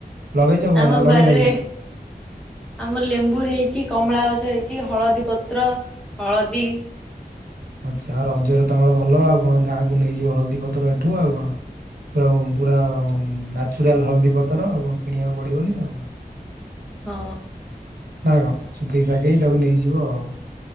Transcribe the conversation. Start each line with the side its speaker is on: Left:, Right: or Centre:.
Right: ଲଗେଇଛ କଣ
Centre: ଆମ
Right: ନା ଲଗେଇନା
Centre: ବାରିରେ
Right: କିଛି?
Centre: ଆମର ଲେମ୍ବୁ ହେଇଛି କମଳା ଗଛ ହେଇଛି। କି ହଳଦୀ ପତ୍ର ହଳଦୀ
Right: ଆଛା। ଆଉ ରଜରେ ତମର ଭଲ ଆଉ କଣ? ଗାଁକୁ ନେଇଯିବ ହଳଦୀପତର ଏଠୁ ଆଉ କଣ ପୁରା ପୁରା ନ୍ୟାଚୁରାଲ ହଳଦୀ ପତର ଆଉ କଣ କିଣିବାକୁ ପଡ଼ିବନି ଆଉ କଣ?
Centre: ହଁ।
Right: ନା କଣ ଶିଖେଇ ଶାଖେଇ ତାକୁ ନେଇଯିବ ଆଉ।